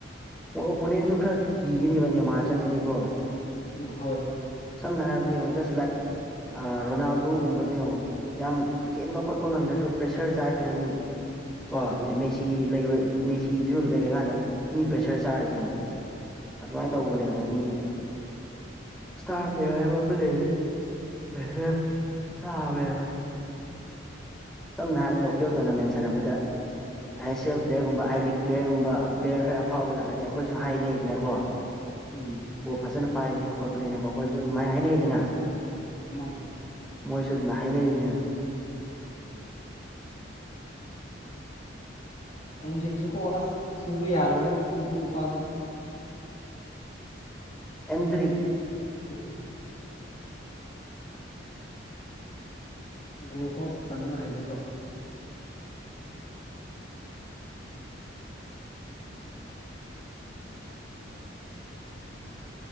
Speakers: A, in the centre; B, on the left.
A: ꯑꯣ ꯑꯣꯄꯣꯅꯦꯟꯁꯨ ꯈꯔꯗꯤ ꯀꯤꯒꯅꯦꯕ ꯅꯦꯃꯥꯔ ꯆꯪꯉꯗꯤ ꯀꯣ
B: ꯎꯝ ꯍꯣꯏ
A: ꯁꯝꯅ ꯍꯥꯏꯔꯕꯗ ꯌꯦꯡꯉꯣ ꯖꯁ ꯂꯥꯏꯛ ꯔꯣꯅꯥꯜꯗꯣꯒꯨꯝꯕꯗꯣ ꯌꯦꯡꯉꯣ ꯌꯥꯝ ꯆꯦꯟꯕ ꯈꯣꯠꯄ ꯉꯝꯗ꯭ꯔꯁꯨ ꯄ꯭ꯔꯦꯁꯔ ꯆꯥꯏꯗꯅ ꯃꯤ
B: ꯆꯥꯏ
A: ꯀꯣ
B: ꯎꯝ
A: ꯃꯦꯁꯤ ꯂꯩꯕ ꯃꯦꯁꯤꯗꯨꯁꯨ ꯂꯩꯔꯀꯥꯟꯗ ꯃꯤ ꯄ꯭ꯔꯦꯁꯔ ꯆꯥꯔꯖꯦ ꯌꯦꯡꯉꯨ ꯑꯗꯨꯃꯥꯏꯅ ꯇꯧꯕꯅꯦꯕ ꯃꯤꯖꯦ ꯁꯇꯥꯔ ꯄ꯭ꯂꯦꯌꯔ ꯍꯥꯏꯕ ꯑꯃ ꯂꯩꯔꯦ ꯄ꯭ꯔꯦꯁꯔ ꯆꯋꯦꯕ ꯁꯝꯅ ꯍꯥꯏꯔꯕꯗ ꯂꯣꯀꯦꯜ ꯇꯣꯔꯅꯥꯃꯦꯟ ꯁꯥꯟꯅꯕꯗ ꯑꯥꯏ ꯑꯦꯁ ꯁꯤ ꯑꯦꯜ ꯄ꯭ꯂꯦꯌꯔꯒꯨꯝꯕ ꯑꯥꯏ ꯂꯤꯛ ꯄ꯭ꯂꯦꯌꯔꯒꯨꯝꯕ ꯄ꯭ꯂꯦꯌꯔ ꯈꯔ ꯑꯐꯥꯎꯕ ꯂꯥꯛꯑꯗꯤ ꯑꯩꯈꯣꯏꯁꯨ ꯍꯥꯏꯅꯩꯗꯅꯀꯣ
B: ꯎꯝ
A: ꯕꯣꯜ ꯐꯖꯅ ꯄꯥꯏꯕꯅꯦ ꯈꯣꯠꯄꯅꯦꯅꯀꯣ ꯑꯩꯈꯣꯏꯖꯨ ꯑꯗꯨꯃꯥꯏꯅ ꯍꯥꯏꯅꯩꯗꯅ
B: ꯃꯥꯅꯦ
A: ꯃꯣꯏꯁꯨ ꯑꯗꯨꯃꯥꯏ ꯍꯥꯏꯅꯔꯤꯅꯦꯕ
B: ꯎꯝ ꯑꯦꯟꯗ꯭ꯔꯤꯛꯁꯨ ꯀꯣ ꯑꯁ ꯐꯨꯕ ꯌꯥꯔꯕꯅꯦ ꯃꯗꯨ ꯅꯨꯄꯥꯁꯨ
A: ꯑꯦꯟꯗ꯭ꯔꯤꯛ
B: ꯎꯝ ꯒꯣꯜ ꯐꯥꯎ ꯆꯟꯕ ꯍꯩꯇꯦꯀꯣ <unintelligible>